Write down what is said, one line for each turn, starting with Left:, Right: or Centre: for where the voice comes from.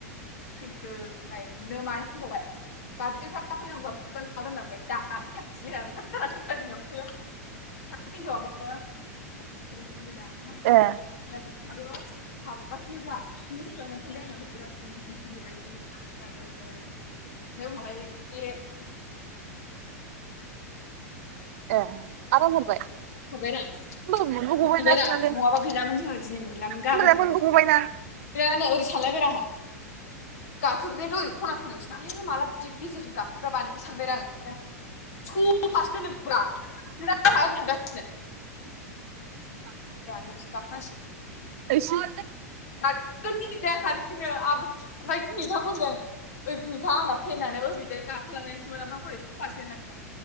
Left: थैदो सानबाय बुनो मानोसो होनबावबाय गाबज्रियिफ्रा फैनांगौबा बुगोन मागोन होनना बुंबाय दा ओंखारथारासै सासे हिनजावाबो <unintelligible>
Right: ए
Left: <unintelligible> निबायदिनो <unintelligible> जोंनावहाय <unintelligible>
Right: ए आराम हरबाय
Left: हरबाय रा मोनबायरा
Right: होमबाबो मोनबो गबायना सोनालै
Left: नङाबा गैलामोन जोङो दिनै मोनलामोन गाबोनसो
Right: होमबालाय मोनबो
Left: मोनसिगौमोन
Right: गबायना
Left: गैया नो ओरैसो थांलायबाय आंहा गाखोग्रायाथ' ओरै खना खनायावसोनाहाय हो माला बिबदि गेजेरजों गाखोग्रा बानायखो? सानबायरा आङो <unintelligible> आंहा ओरै थांगासिनो
Right: <unintelligible>
Left: दानो बिजों गाखो नांसिगोन।
Right: ओ सो
Left: गागोम मिनिबाय आं हारसिंनो आ ओमफ्राय गुनिथाखौ होनबाय आङो ओइ गुनिथा आंना थ्रेनानो ओरैजाय गाखोलांनसोमोन ओमफ्राय हरै खफासो होननानै बुंबाय